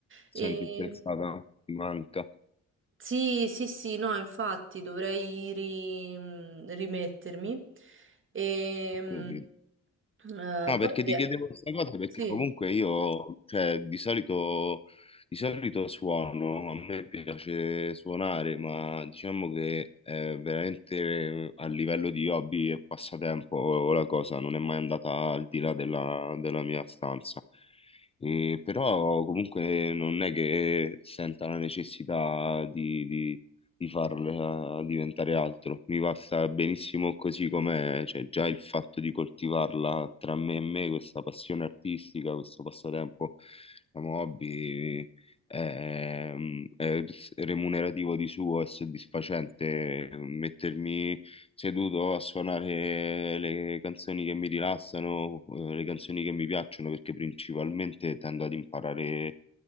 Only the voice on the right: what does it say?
E...
Sì, sì, sì, no, infatti dovrei ri- mhmm, rimettermi. E...
mm, eh,
poi
che...
Sì,